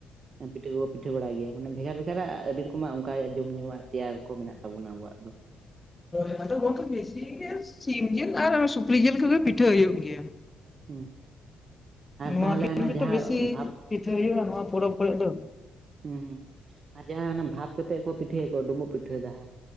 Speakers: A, on the right (about 45°); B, on the left (about 20°).
A: ᱯᱤᱴᱷᱟᱹ ᱠᱚᱠᱚ ᱯᱤᱴᱷᱟᱹ ᱵᱟᱰᱟᱭ ᱜᱮᱭᱟ ᱵᱷᱮᱜᱟᱨ ᱵᱷᱮᱜᱟᱨᱟᱜ ᱟᱹᱰᱤ ᱨᱚᱠᱚᱢᱟᱜ ᱚᱱᱠᱟ ᱡᱚᱢ ᱧᱩᱣᱟᱜ ᱛᱮᱭᱟᱨ ᱠᱚ ᱢᱮᱱᱟᱜ ᱛᱟᱵᱚᱱᱟ ᱟᱵᱚᱣᱟᱜ ᱫᱚ ᱾
B: <unintelligible> ᱥᱤᱢ ᱡᱤᱞ ᱟᱨ ᱥᱩᱠᱨᱤ ᱡᱤᱞ ᱠᱚᱜᱮ ᱯᱤᱴᱷᱟᱹ ᱦᱩᱭᱩᱜ ᱜᱮᱭᱟ᱾
A: ᱦᱩᱢ ᱟᱨ
B: ᱱᱚᱣᱟ
A: ᱛᱟᱦᱚᱞᱮ
B: ᱠᱤᱱ
A: ᱦᱟᱱᱟ
B: ᱜᱮᱛᱚ
A: ᱡᱟᱦᱟᱸ
B: ᱵᱮᱥᱤ
A: ᱵᱷᱟᱵᱼᱼ
B: ᱯᱤᱴᱷᱟᱹ ᱦᱩᱭᱩᱜᱼᱟ ᱱᱚᱣᱟ ᱯᱚᱨᱚᱵᱽ ᱠᱚᱨᱮᱜ ᱫᱚ,
A: ᱦᱩᱸ ᱦᱩᱸ ᱟᱨ ᱡᱟᱦᱟᱸ ᱦᱟᱱᱟ ᱵᱷᱟᱵᱽ ᱠᱟᱛᱮᱜ ᱠᱚ ᱯᱤᱴᱷᱟᱹᱭᱟ ᱠᱚ ᱰᱩᱵᱩᱜ ᱯᱤᱴᱷᱟᱹ ᱡᱟᱦᱟᱼᱼ